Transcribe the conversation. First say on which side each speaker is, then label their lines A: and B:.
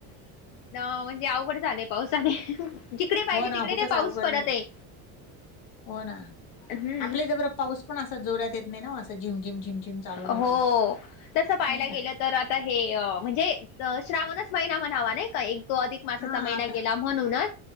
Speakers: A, on the left; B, on the left.
A: न म्हणजे अवघड झालंय पावसाने जिकडे पाहिजे
B: हो ना
A: तिकडे
B: खूपच
A: नाही पाऊस
B: अवघड
A: पडत
B: झाले
A: आहे
B: हो ना
A: हम्म
B: आपले जरा बरं पाऊस पण असा जोरात येत नाही ना असं झिम झिम झिम झिम चालू राहतो
A: हो. तसं पाहायला
B: नाही का?
A: गेलं तर आता हे म्हणजे श्रावणच महिना म्हणावा नाही एक तो अधिक मासाचा
B: हां
A: महिना
B: आता
A: गेला म्हणूनच